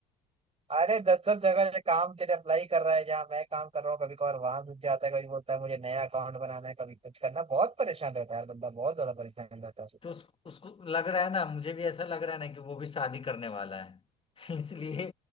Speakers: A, on the right; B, on the left.
A: अरे दस दस जगह से काम के लिए अप्लाई कर रहा है जहाँ मैं काम कर रहा हूँ कभी कभार वहां घुस जाता है कभी बोलता है मुझे नया अकाउंट बनाना है कभी कुछ करना है। बहुत परेशान रहता है यार बंदा बहुत ज्यादा परेशान रहता है
B: तो उस, उसको लग रहा है ना मुझे भी ऐसा लग रहा है ना कि वो भी शादी करने वाला है <laughs> इसलिए